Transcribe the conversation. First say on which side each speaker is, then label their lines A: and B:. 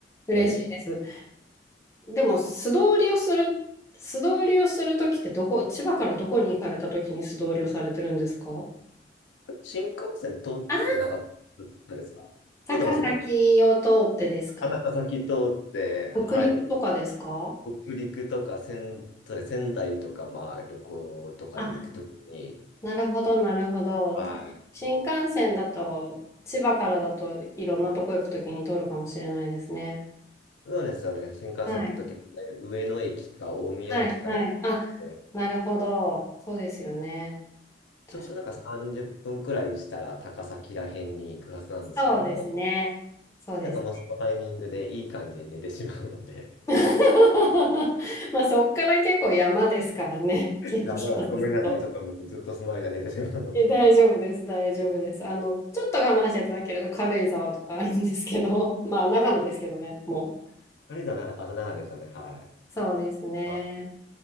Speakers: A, on the left (about 15°); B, on the left (about 70°).
A: 嬉しいです。
B: うんはい。
A: でも、素通りをする、素通りをするときってどこ、千葉からどこに行かれたときに素通りをされてるんですか
B: 新幹線通ってなかっ
A: あ
B: たですか通ってますよね。
A: 高崎を通ってですかね
B: 高崎通って、はい。
A: 北陸とかですか
B: 北陸とか仙、仙台とか、まあ旅行とかで行くときに、
A: あ、なるほど、なるほど。
B: はい。
A: 新幹線だと、千葉からだといろんなとこ行くときに通るかもしれないですね。
B: そうですよね。新幹線の時って上野駅か大宮駅から来るんで、
A: はい。はい、はい。あ、なるほど。そうですよね。確かに。
B: ちょうどなんか30分くらいしたら高崎ら辺に行くはずなんですけども、
A: そうですね。そうです。
B: なんかもうそのタイミングでいい感じに寝てしまうので、
A: <laughs> まあ、そっから結構山ですからね。
B: <laughs>
A: 景色はずっと。
B: いあまだごめんなさい。ちょっともうずっとその間寝てしまうので。
A: え、大丈夫です、大丈夫です。あの、ちょっと我慢していただけると軽井沢とかあるんですけど、<laughs> まあ、長野ですけどね、もう。
B: とりあえずはなんか朝長いですよね。はい。
A: そうですね。
B: まあ、